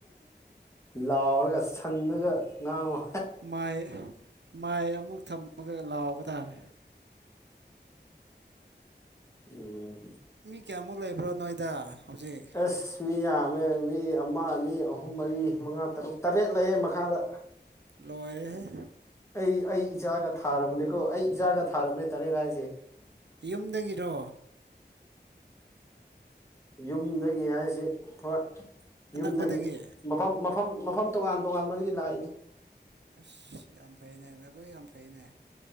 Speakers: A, on the left (about 15°); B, on the right (about 75°).
A: ꯂꯥꯎꯔꯒ ꯁꯪꯉꯒ ꯉꯥꯡꯉꯣ
B: ꯃꯥꯏ ꯃꯥꯏ ꯑꯃꯨꯛ ꯊꯝꯃꯒ ꯂꯥꯎꯕ ꯇꯥꯔꯦ
A: ꯎꯝ
B: ꯃꯤ ꯀꯌꯥꯃꯨꯛ ꯂꯩꯕ꯭ꯔꯣ ꯅꯣꯏꯗ ꯍꯧꯖꯤꯛ
A: ꯑꯦꯁ ꯃꯤ ꯌꯥꯝꯃꯦ ꯃꯤ ꯑꯃ ꯑꯅꯤ ꯑꯍꯨꯝ ꯃꯔꯤ ꯃꯉꯥ ꯇꯔꯨꯛ ꯇꯔꯦꯠ ꯂꯩꯌꯦꯦ ꯃꯈꯥꯗ
B: ꯂ ꯑꯣꯏꯔꯦꯦ
A: ꯑꯩ ꯑꯩ ꯏꯆꯥꯒ ꯊꯥꯔꯕꯅꯤꯀꯣ ꯑꯩ ꯏꯆꯥꯒ ꯊꯥꯔꯕꯅꯦ ꯇꯔꯦꯠ ꯍꯥꯏꯁꯦ
B: ꯌꯨꯝꯗꯒꯤꯔꯣ
A: ꯌꯨꯝꯗꯒꯤ ꯍꯥꯏꯁꯤ ꯍꯣꯏ
B: ꯑꯅꯛꯄꯗꯒꯤ
A: ꯌꯨꯝꯗꯒꯤ ꯃꯐꯝ ꯃꯐꯝ ꯃꯐꯝ ꯇꯣꯉꯥꯟ ꯇꯣꯉꯥꯟꯕꯗꯒꯤ ꯂꯥꯛꯏꯅꯤ
B: ꯑꯁ ꯌꯥꯝ ꯐꯩꯅꯦ ꯅꯚꯣꯏ ꯌꯥꯝ ꯐꯩꯅꯦ